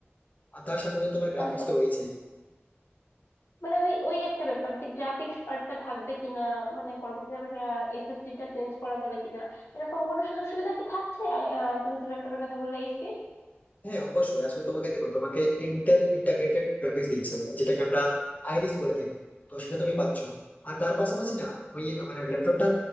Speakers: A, on the left; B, on the left.
A: আর তার সাথে তো তোমার গ্রাফিক্স
B: আচ্ছা,
A: তো রয়েছেই
B: মানে ওই ওই একটা ব্যাপার যে গ্রাফিক্স কার্ডটা থাকবে কিনা মানে পরবর্তীতে আবার এসএসডি টা চেঞ্জ করা যাবে কিনা এরকম কোনো সুযোগ সুবিধা কি থাকছে আই- আহ, তুমি যে ল্যাপটপের কথা বললে এইচপির
A: হ্যাঁ অবশ্যই আসলে তোমাকে দেখো তোমাকে ইন্টেল ইন্টাগ্রেটেড গ্রাফিক্স দিচ্ছে যেটাকে আমরা আইরিস বলে থাকি তো সেটা তুমি পাচ্ছ আর তার পাশাপাশি না ওই মানে ল্যাপটপটা